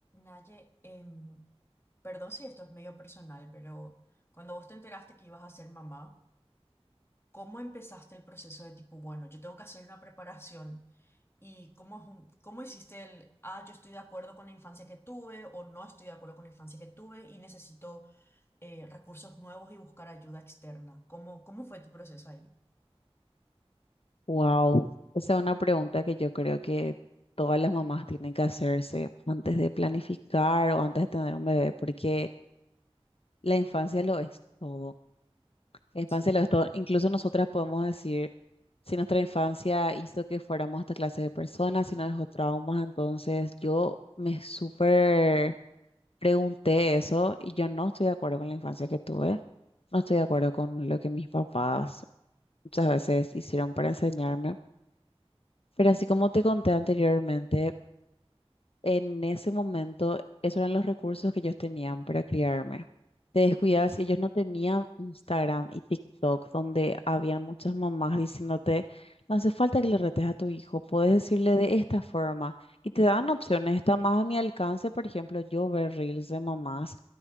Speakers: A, on the left; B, on the left.
A: Naye, em, perdón si esto es medio personal, pero cuando vos te enteraste que ibas a ser mamá, ¿cómo empezaste el proceso de tipo, bueno, yo tengo que hacer una preparación? ¿Y cómo, es un- cómo hiciste el, ah, yo estoy de acuerdo con la infancia que tuve o no estoy de acuerdo con la infancia que tuve y necesito eh, recursos nuevos y buscar ayuda externa? ¿Cómo, cómo fue tu proceso ahí?
B: Wow, esa es una pregunta que yo creo que todas las mamás tienen que hacerse antes de planificar
A: Ujú.
B: o antes de tener un bebé, porque la infancia lo es todo. La infancia
A: Sí,
B: lo es todo. Incluso nosotras podemos decir si nuestra infancia hizo que fuéramos esta clase de personas, si nos dejó traumas, entonces yo me súper pregunté eso y yo no estoy de acuerdo con la infancia que tuve, no estoy de acuerdo con lo que mis papás muchas veces hicieron para enseñarme. Pero así como te conté anteriormente, en ese momento esos eran los recursos que ellos tenían para criarme. Te descuidas
A: sí.
B: y ellos no tenían Instagram y TikTok, donde había muchas mamás diciéndote, no hace falta que le retes a tu hijo, puedes decirle de esta forma. Y te dan opciones, está más a mi alcance, por ejemplo, yo ver reels de mamás